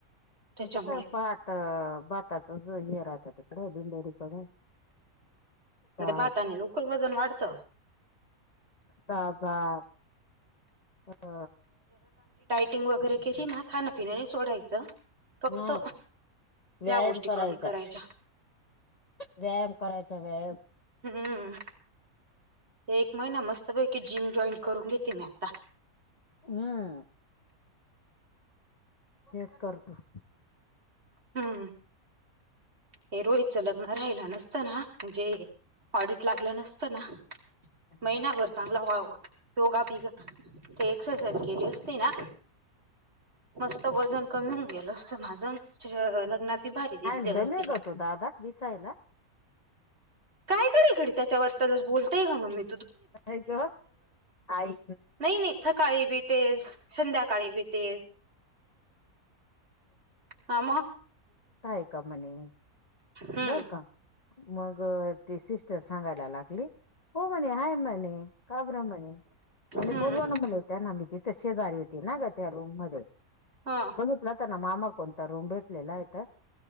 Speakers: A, on the right; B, on the left.
A: त्याच्यामुळे
B: असं काय भात भात सस राहत तिकडे दिंडेरीकडे का
A: ते भाताने लवकर वजन वाढतं
B: का <unintelligible>
A: टिंग वगैरे केली ना, खाणपिण नाई सोडायचं. फक्त
B: हा व्यायाम
A: या गोष्टी
B: करायचाच,
A: कमी करायच्या
B: व्यायाम करायचा, व्यायाम.
A: हम्म एक महिना मस्तपैकी, जिम जॉईन करून घेती मी आता.
B: हम्. हेच करतो.
A: हुं. हू. हे रोईचं लग्न राहिलं नसतं, ना म्हणजे ऑडिट लागलं नसत ना.
B: हम्म
A: महिनाभर चांगला वाव योगा बिगा. ते एक्सरसाइज केली असती ना मस् त वजन कमी होऊन गेल असत. माझ हे लग्नात. मी भारी दिसले
B: हँडसम
A: असते.
B: आहे ग तो दादा दिसायला
A: कायईकडेइकडे त्याच्याबद्दलच बोलतय का मग मी
B: <unintelligible> आहे
A: नाही नाही सकाळी बी तेच संध्याकाळी बी तेच हा मग
B: का म्हणेहाय
A: हम्म
B: बर का. मग ती सिस्टर सांगायला लागली हो म्हणे हाय म <unintelligible>
A: हम्म हा
B: कोणता रूम भेटलेला इथं